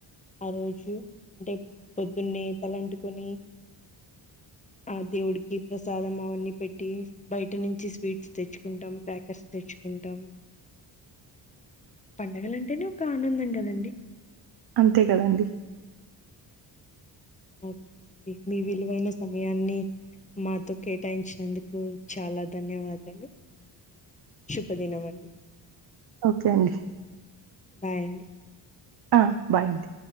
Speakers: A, on the left (about 15°); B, on the right (about 50°).
A: ఆ రోజు అంటే పొద్దున్నే తలంటుకొని ఆ దేవుడికి ప్రసాదం అవన్నీ పెట్టి బయట నుంచి స్వీట్స్ తెచ్చుకుంటాం క్రాకర్స్ తెచ్చుకుంటాం పండగలంటేనే ఒక ఆనందం కదండి.
B: అంతే కదండి.
A: ఓకే అండి మీ విలువైన సమయాన్ని మాతో కేటాయించినందుకు చాలా ధన్యవాదాలు శుభదినం అండి.
B: ఓకే అండి
A: బాయ్ అండి
B: ఆ బాయ్ అండి